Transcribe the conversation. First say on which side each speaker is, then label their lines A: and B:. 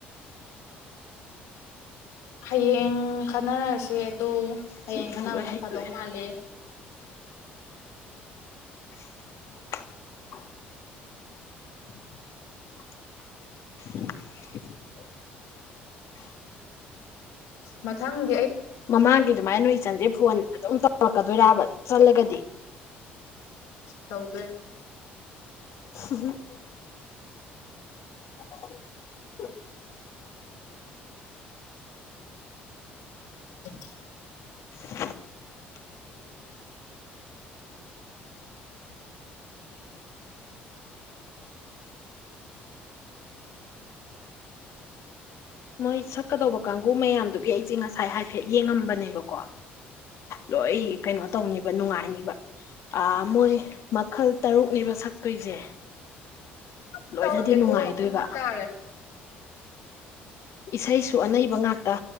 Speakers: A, on the left; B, on the left.
A: ꯍꯌꯦꯡ ꯈꯟꯅꯔꯁꯦ ꯑꯗꯨ ꯍꯌꯦꯡ
B: ꯁꯤꯁꯨ
A: ꯀꯥꯟꯅꯕꯅ
B: ꯂꯣꯏ ꯍꯩꯗꯣꯛꯑꯦ
A: ꯐꯗꯧ ꯃꯥꯂꯦ
B: <inaudible> <inaudible>
A: ꯃꯊꯡ
B: ꯃꯃꯥꯡꯒꯤ ꯑꯗꯨꯃꯥꯏꯅ ꯅꯣꯏ ꯏꯆꯟꯁꯦ ꯐꯣꯟ ꯑꯗꯨꯝ ꯇꯧꯔꯛꯀꯗꯣꯏꯔꯕ ꯆꯜꯂꯒꯗꯤ
A: ꯇꯧꯗꯦꯝ
B: ꯍꯨꯝ ꯍꯨꯝ <inaudible>
A: <inaudible>
B: <inaudible> ꯃꯣꯏ ꯁꯛꯀꯗꯧꯕ ꯀꯥꯡꯒꯨ ꯃꯌꯥꯝꯗꯨꯒꯤ ꯑꯩꯁꯦ ꯉꯁꯥꯏ ꯍꯥꯏꯐꯦꯠ ꯌꯦꯡꯉꯝꯕꯅꯦꯕꯀꯣ ꯂꯣꯏ ꯀꯩꯅꯣ ꯇꯧꯅꯤꯕ ꯅꯨꯡꯉꯥꯏꯅꯤꯕ ꯑ ꯃꯣꯏ ꯃꯈꯜ ꯇꯔꯨꯛꯅꯦꯕ ꯁꯛꯇꯣꯏꯁꯦ
A: ꯑꯃꯨꯛ
B: ꯂꯣꯏꯅꯗꯤ
A: ꯇꯧꯔꯛꯀꯦꯀꯣꯨꯝ
B: ꯅꯨꯡꯉꯥꯏꯗꯣꯏꯕ
A: ꯇꯥꯔꯦ
B: <inaudible> ꯏꯁꯩꯁꯨ ꯑꯅꯩꯕ ꯉꯥꯛꯇ